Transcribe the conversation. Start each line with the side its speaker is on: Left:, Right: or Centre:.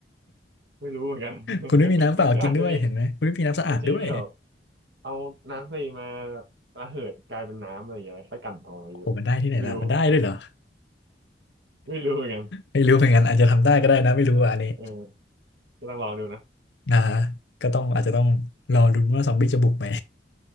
Right: ไม่รู้เหมือนกัน <laughs>
Left: คุณไม่มีน้ำเปล่ากินด้วยเห็นไหมคุณไม่มีน้ำสะอาดด้วย
Right: ก็อาจจะมีอาจจะมีแบบ เอาน้ำทะเลมาระเหิดกลายเป็นน้ำอะไรอย่างเงี้ยค่อยกันเอาอะไรอย่างเงี้ยไม่รู้
Left: โอ้โหมันได้ที่ไหนล่ะมันได้ด้วยเหรอ
Right: ไม่รู้เหมือนกัน
Left: ไม่รู้เหมือนกันอาจจะทำได้ก็ได้นะไม่รู้อะอันนี้
Right: เออก็ต้องลองดูนะ
Left: นะก็ต้องอาจจะต้องรอลุ้นว่าซอมบี้จะบุกไหม